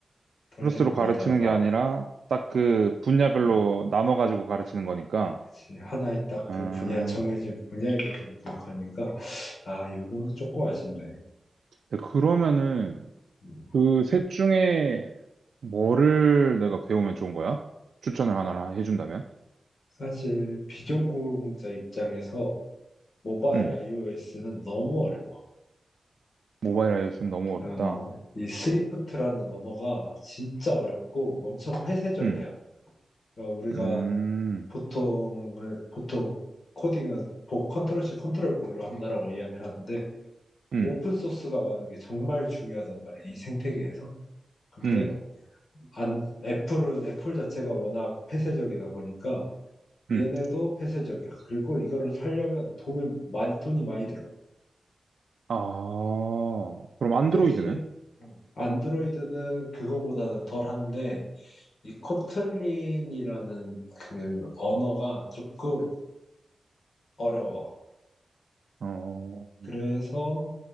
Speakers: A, on the left; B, on the right.
A: 덜
B: 크로스로
A: 된 것
B: 가르치는
A: 같아서
B: 게 아니라 딱 그 분야별로
A: 음,
B: 나눠 가지고 가르치는 거니까.
A: 그치 하나의 딱
B: 아.
A: 그 분야 정해진 분야에 대해서 기억하니까 아 이 부분은 조금 아쉽네
B: 근데 그러면은
A: 음.
B: 그 셋 중에 뭐를 내가 배우면 좋은 거야? 추천을 하나 해준다면?
A: 사실 비전공자 입장에서 모바일
B: 음.
A: iOS는 너무 어려워.
B: 모바일 iOS는 너무 어렵다.
A: 어, 이 스위프트라는 언어가 진짜 어렵고 엄청 폐쇄적이야.
B: 음,
A: 어, 우리가
B: 음,
A: 보통 보통 코딩은 보 컨트롤 C 컨트롤 V로 한다라고 이야기를 하는데
B: 음,
A: 오픈 소스가 많은 게 정말 중요하단 말이야. 이 생태계에서. 근데
B: 음,
A: 안 애플은 애플 자체가 워낙 폐쇄적이다 보니까
B: 음.
A: 얘네도 폐쇄적이야. 그리고 이거를 살려면 돈을 많이 돈이 많이 들어.
B: 아, 그럼 안드로이드는?
A: 그 대신 음. 안드로이드는 그거보다는 덜한데 이 코틀린이라는 그 언어가 조금 어려워.
B: 어,
A: 그래서